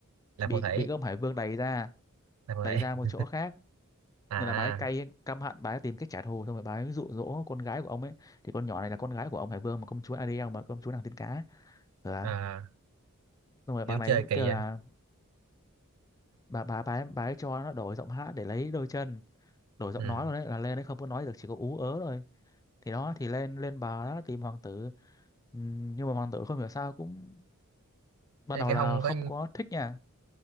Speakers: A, on the right (about 80°); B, on the left (about 15°).
A: là
B: bị
A: phù thủy
B: bị cái ông Hải Vương đày ra
A: là phù
B: đày ra một
A: thủy
B: chỗ khác
A: <laughs> à,
B: nên là bà ấy cay căm hận bà ấy tìm cách trả thù xong rồi bà ấy dụ dỗ con gái của ông ấy thì con nhỏ này là con gái của ông Hải Vương mà công chúa Ariel mà công chúa nàng tiên cá ừ. à.
A: à
B: xong rồi
A: kiểu
B: bà này
A: chơi
B: mới
A: kỳ
B: kêu
A: vậy
B: là bà bà bà ấy, bà ấy cho nó đổi giọng hát để lấy đôi chân đổi giọng
A: ừ
B: nói rồi đấy là lên đấy không có nói được chỉ có ú ớ thôi thì đó thì lên lên bà đó tìm hoàng tử Ừ, nhưng mà hoàng tử không hiểu sao cũng ban
A: thế
B: đầu
A: cái
B: là
A: không
B: không
A: có
B: có thích nha